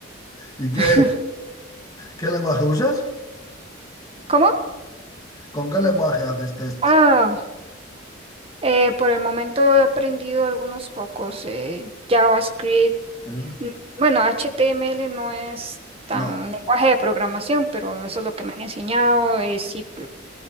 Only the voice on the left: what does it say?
¿Y qué,
qué lenguaje usas?
¿Con qué lenguaje haces tests?
¿Eh?
No.